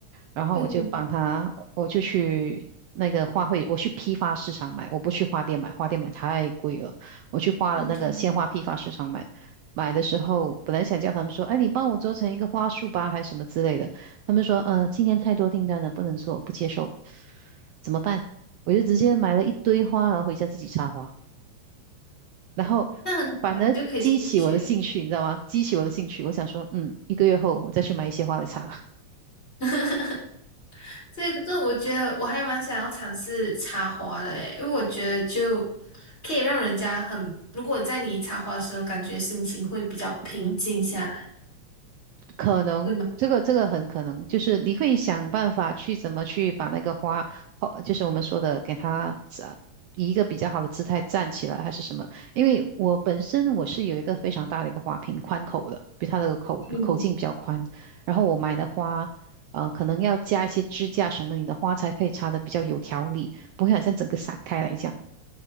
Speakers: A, on the right; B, on the left.
A: 然后我就帮她，
B: 嗯，
A: 我就去那个花卉，我去批发市场买，我不去花店买，花店买太贵了，我去花了那个鲜花批发市场买。
B: 对对，
A: 买的时候，本来想叫他们说，哎，你帮我做成一个花束吧，还是什么之类的。他们说，呃，今天太多订单了，不能做，不接受，怎么办？我就直接买了一堆花，然后回家自己插花，然后
B: 那很好啊，
A: 反而激起我的兴趣，
B: 你就可以自己学。
A: 你知道吗？激起我的兴趣，我想说，嗯，一个月后我再去买一些花来插吧。
B: <laughs> 所以，可是我觉得我还蛮想要尝试插花的诶，因为我觉得就可以让人家很，如果在你插花的时候，感觉心情会比较平静下来，
A: <laughs> 嗯。可能这个这个很可能，
B: 会吗？
A: 就是你会想办法去怎么去把那个花，花就是我们说的给它站，以一个比较好的姿态站起来，还是什么？因为我本身我是有一个非常大的一个花瓶，宽口的，比它的口比口径比较宽。
B: 嗯。
A: 然后我买的花，呃，可能要加一些支架什么，你的花才可以插的比较有条理，不会好像整个散开来一样。